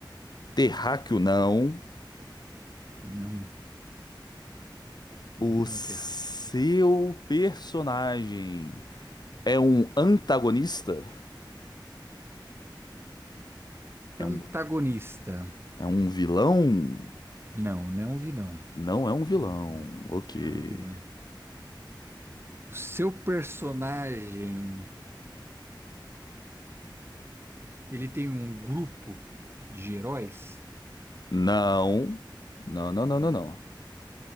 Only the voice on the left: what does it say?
Terráqueo não.
O
seu
personagem é um antagonista? É
um, é um vilão?
Não é um vilão,
ok.
Não. Não, não,
não, não, não.